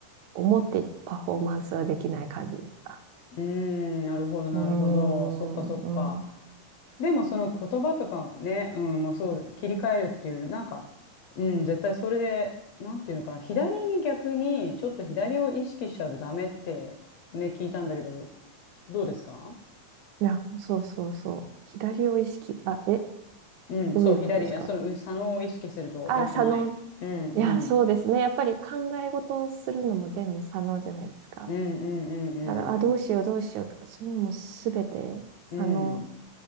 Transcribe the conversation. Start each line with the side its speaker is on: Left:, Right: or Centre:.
Right: 思っていたパフォーマンスはできない感じでした。
Left: うーん、なるほど、なるほど。
Right: うーん、
Left: そっか、そっか。
Right: うん。
Left: でも、その言葉とかはね、うん、まあそう、切り替えるっていう、なんか、うん、絶対それで、なんていうのかな、左に逆に、ちょっと左を意識しちゃうとダメって、ね、聞いたんだけど、どうですか
Right: いや、そうそうそう。左を意識、あ、え、
Left: うん、
Right: どういうことですか
Left: そう、左、あその、う左脳を意識すると良くない。
Right: あ、左脳。
Left: うん、うん、
Right: いや、そうですね。やっぱり考え事をするのも全部左脳じゃないですか。
Left: うん、うん、
Right: だから、あ、どうしよう、
Left: うん、
Right: どうしようとか、そういうのもすべて左脳。
Left: うん、うん、